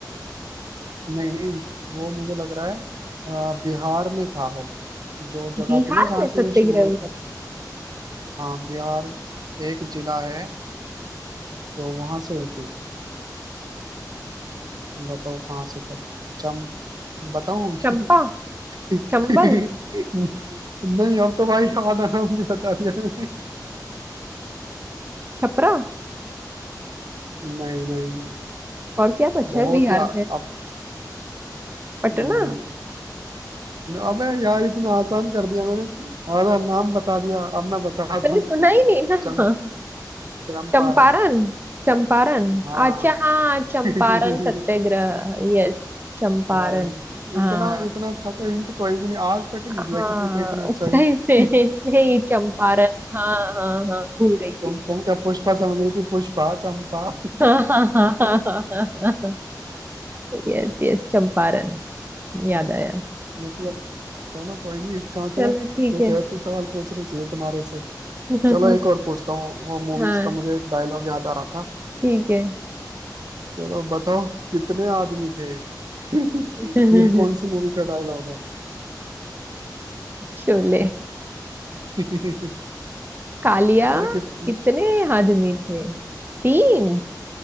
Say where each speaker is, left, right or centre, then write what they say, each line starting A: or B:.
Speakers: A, on the right (about 65°); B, on the right (about 30°).
A: नहीं नहीं वो मुझे लग रहा है अ, बिहार में था वो जो जगह
B: बिहार
A: थी ना जहाँ
B: में
A: से
B: सत्याग्रह
A: ये शुरू हुआ
B: हुआ
A: था
B: था
A: हाँ बिहार एक जिला है तो वहां से हुई थी बताओ कहाँ से था चम बताऊं <laughs>
B: चंपा
A: नहीं
B: चंबल
A: अब तो भाई आधा नाम भी बता दिया
B: छपरा
A: मैंने नहीं नहीं नहीं नहीं
B: और क्या बचा
A: बहुत
B: है बिहार
A: ही आ-
B: में
A: अब
B: पटना
A: नहीं अबे यार इतना आसान कर दिया मैंने आधा नाम बता दिया अब मैं बताता
B: मैंने
A: हूँ
B: सुना ही नहीं ना
A: चम चंपारण
B: चंपारण चंपारण
A: चा हाँ
B: अच्छा हाँ
A: <laughs>
B: चंपारण
A: भाई
B: सत्याग्रह यस चंपारण
A: इतना
B: हाँ
A: इतना अच्छा तो हिंट कोई भी नहीं आज तक नहीं
B: हाँ
A: दिया किसी को इतना अच्छा
B: सही
A: हिंट
B: से
A: <laughs>
B: नहीं चंपारण हाँ हाँ हाँ भूल गई थी
A: तुम तुम क्या पुष्पा समझ रही थी पुष्पा चंपा
B: हाँ हाँ हाँ हाँ हाँ हाँ Yes yes Champaran याद आया
A: मतलब चलो कोई नहीं इसका मतलब
B: चलो ठीक
A: कुछ
B: है
A: ऐसे सवाल पूछने चाहिए तुम्हारे से
B: <laughs>
A: चलो एक और पूछता हूँ वो मूवीज
B: हाँ
A: का मुझे एक डायलॉग याद आ रहा था
B: ठीक है
A: चलो बताओ कितने आदमी थे <laughs>
B: <laughs>
A: ये कौन सी मूवी का डायलॉग है
B: शोले
A: <laughs>
B: कालिया
A: और किस
B: कितने आदमी थे तीन